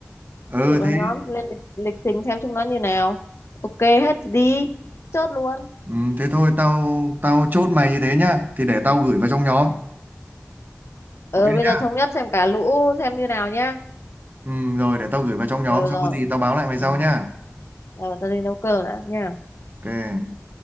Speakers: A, on the right (about 40°); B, on the left (about 70°).
A: ừ
B: cứ gửi vào
A: thế
B: nhóm lên lịch, lịch trình xem chúng nó như nào ok hết thì đi chốt luôn
A: ừ, thế thôi tao tao chốt mày như thế nhá thì để tao gửi vào trong nhóm
B: ừ
A: ok
B: bây giờ
A: nhá
B: thống nhất xem cả lũ xem như nào nhá
A: ừ, rồi để tao gửi vào trong nhóm
B: ừ
A: xong
B: rồi
A: có gì tao báo lại mày
B: ừ
A: sau nhá
B: ờ tao đi nấu cơm đã nha
A: ok